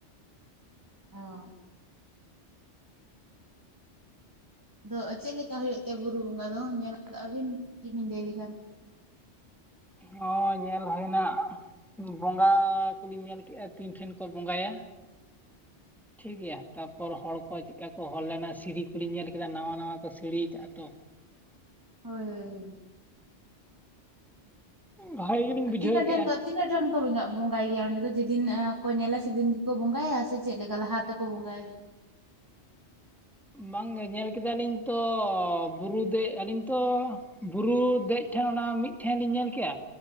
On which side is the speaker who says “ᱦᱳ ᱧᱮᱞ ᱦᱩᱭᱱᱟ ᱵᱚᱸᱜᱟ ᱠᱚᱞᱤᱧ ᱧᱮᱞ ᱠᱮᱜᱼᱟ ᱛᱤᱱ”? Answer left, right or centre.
Centre